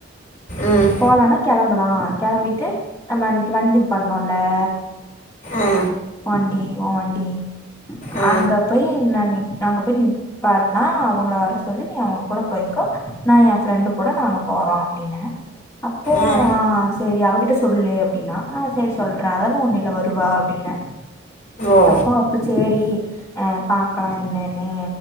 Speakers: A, on the left; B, on the left.
A: ம்
B: போலானா கெளம்பலா கெளம்பிட்டு நம்ம அன்னைக்கு வண்டி பண்ணோல <inaudible>
A: ஆ
B: வண்டி ஓ வண்டி
A: ஆ
B: அங்க போய் நா நா அங்க போய் நிப்பாட்னா அவங்கள வர சொல்லு நீ அவங்க கூட போய் க்கோ நா எ ஃப்ரெண்டு கூட நாங்க போறோ அப்டினே அப்போ
A: ஆ
B: அ சேரி அவகிட்ட சொல்லுலயே அப்டின்னா அ சேரி சொல்றே அதுலா ஒன்னில வருவா அப்டின்னே
A: ஓ
B: அப்போ அப்ப சேரி அ பாக்கலா என்னன்னு